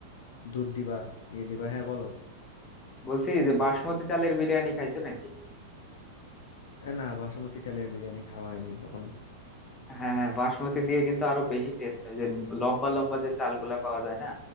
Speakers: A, on the left; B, on the left.
A: দুধ দিবা ইয়ে দিবা হ্যাঁ বলো
B: বলছি যে বাসমতি চালের বিরিয়ানি খাইছো নাকি
A: এ না বাসমতি চালের বিরিয়ানি খাওয়া হয়নি কখনো
B: হ্যাঁ হ্যাঁ বাসমতি দিয়ে কিন্তু আরো বেশি টেস্ট হয় যে লম্বা লম্বা যে চালগুলা পাওয়া যায় না